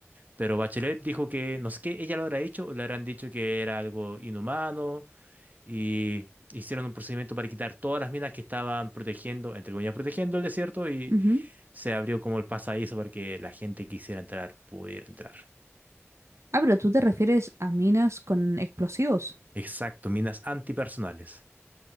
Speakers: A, on the right; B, on the right.
A: Pero Bachelet dijo que, no sé qué, ella lo habrá hecho o le habrán dicho que era algo inhumano y hicieron un procedimiento para quitar todas las minas que estaban protegiendo, entre comillas, protegiendo el desierto y
B: ujú.
A: se abrió como el pasadizo para que la gente que quisiera entrar pudiera entrar.
B: Ah, pero tú te refieres a minas con explosivos.
A: Exacto, minas antipersonales.